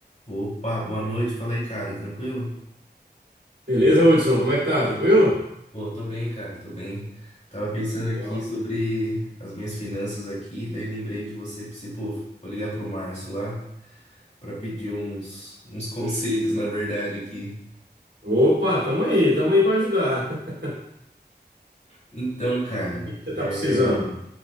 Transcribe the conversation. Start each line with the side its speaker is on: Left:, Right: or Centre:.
Left: Opa, boa noite. Fala aí, cara. Tranquilo?
Right: Beleza, Hudson? Como é que tá? Tranquilo?
Left: Pô, tô bem, cara. Tô bem. Tava pensando aqui
Right: Legal.
Left: sobre as minhas finanças aqui, daí lembrei de você, pensei, pô, vou ligar pro Márcio lá pra pedir uns, uns <laughs> conselhos, na verdade, aqui.
Right: Opa, tamo aí, tamo aí pra ajudar. <laughs>
Left: Então, cara,
Right: O que que você
Left: é...
Right: tá precisando?